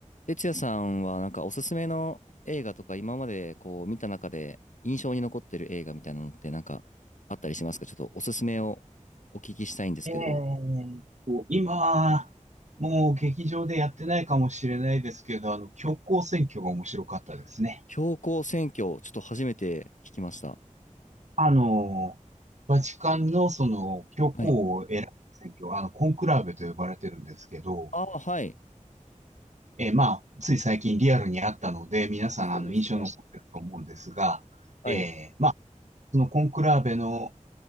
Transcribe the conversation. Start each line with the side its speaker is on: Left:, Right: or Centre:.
Left: 哲也さんはなんかおすすめの映画とか今までこう見た中で印象に残ってる映画みたいなのってなんかあったりしますかちょっとおすすめをお聞きしたいんですけど。
Right: ええ今、もう劇場でやってないかもしれないですけど、あの、教皇選挙が面白かったですね。
Left: 標高選挙、ちょっと初めて聞きました。
Right: あの、バチカンのその教皇を選ぶ選挙、
Left: はい。
Right: あの、コンクラーベと呼ばれてるんですけど、
Left: ああ、はい。
Right: えーまあ、つい最近リアルにあったので、皆さんあの印象に残ってると思うんですが、
Left: そうですね。はい。
Right: えーまあそのコンクラーベの、